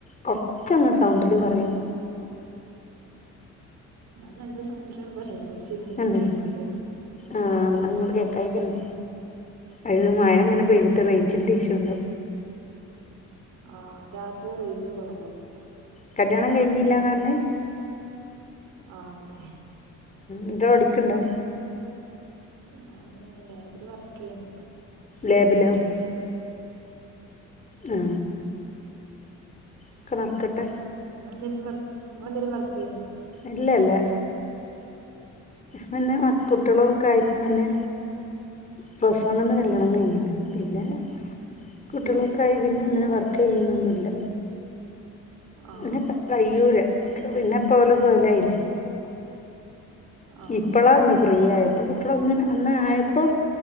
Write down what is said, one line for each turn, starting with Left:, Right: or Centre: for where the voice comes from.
Left: കൊറച്ചൊന്ന് സൗണ്ടിൽ പറൂയോ
Right: ഞാൻ നല്ല സൗണ്ടിലാണ് പറയണത് പക്ഷെ ഇങ്ങക്ക്
Left: അല്ലെ
Right: കേക്കായിക തോന്നുന്നുണ്ട്
Left: ആ ന്നാ ഇങ്ങട്ട് കേക്കായികല്ലേ അത് മഴ അങ്ങനെ പെയ്തിട്ട്
Right: അതാ
Left: റേഞ്ചിന്റെറെ ഇഷ്യു ഉണ്ട്
Right: ആ രാത്രി റേഞ്ച് കുറവാ ഇവിടെ
Left: കല്യാണം കഴിഞ്ഞില്ലാന്നാ പറഞ്
Right: ആ അതെ
Left: എന്താ പഠിക്കുണ്ടോ
Right: ഞാൻ ലാബിൽ വർക്ക് ചെയ്യണിപ്പൊ.
Left: ലാബിലോ
Right: ഒന്നര വർഷമായി
Left: ആ ഒക്കെ നടക്കട്ടെ
Right: നിങ്ങൾ എന്തെങ്കിലും വർക്ക് നിങ്ങൾ എന്തെങ്കിലും വർക്ക് ചെയ്യുണ്ടോ
Left: ഇല്ലല്ല പിന്നെ കുട്ടികളും ഒക്കെ
Right: ആ
Left: ആയപ്പോ പിന്നെ പ്ലസ് വണ്ണിൽ
Right: ആ
Left: കല്യാണം കഴിഞ്ഞു പിന്നെ കുട്ടികളക്കായി
Right: ഏയ് പ്ലസ്
Left: പിന്നെ
Right: വൺ
Left: ഒന്നന്
Right: പഠിക്കുമ്പോ
Left: വർക്ക്
Right: കല്യാണം
Left: ചെയ്യണൊന്നില്ല
Right: കഴിഞ്ക്ക്ണ് ആ
Left: പിന്നെ കഴിനുല്ല പിന്നെപ്പോ പോലെ സോലായില്ലേ
Right: ആ
Left: ഇപ്പളാ ഒന്ന്
Right: ഉം
Left: ഫ്രീ ആയപ്പം കുട്ടി ഒന്ന് അന്ന് ആയപ്പോ